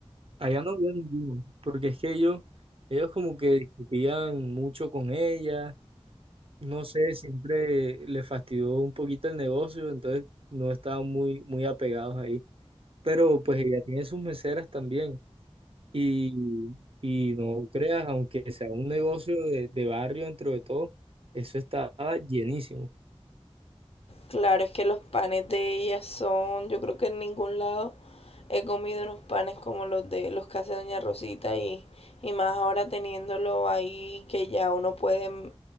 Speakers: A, on the right (about 60°); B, on the left (about 65°).
A: Allá no había ninguno, porque es que ellos, ellos como que discutían mucho con ella, no sé, siempre le fastidió un poquito el negocio, entonces no estaban muy, muy apegados ahí. Pero pues ella tiene sus meseras también y, y no creas, aunque sea un negocio de, de barrio dentro de todo, eso estaba llenísimo.
B: Claro, es que los panes de ella son, yo creo que en ningún lado he comido unos panes como los de los que hace Doña Rosita y, y más ahora teniéndolo ahí que ya uno puede mm,